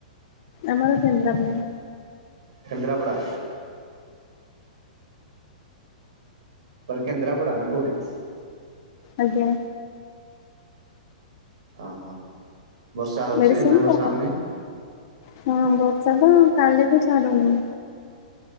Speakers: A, on the left (about 30°); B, on the right (about 50°).
A: ଆମର କେନ୍ଦ୍ରାପଡା
B: କେନ୍ଦ୍ରାପଡ଼ା ବାଲ କେନ୍ଦ୍ରାପଡ଼ା ନା କଉଠି <inaudible>
A: ଆଜ୍ଞା
B: ଓହୋ ବର୍ଷା ହଉଛି
A: ମେଡିସିନ
B: ଏନା ବର୍ଷା
A: କଣ?
B: ହଉନି
A: ହଁ ବର୍ଷା ତ କାଲିଠୁ ଛାଡୁନି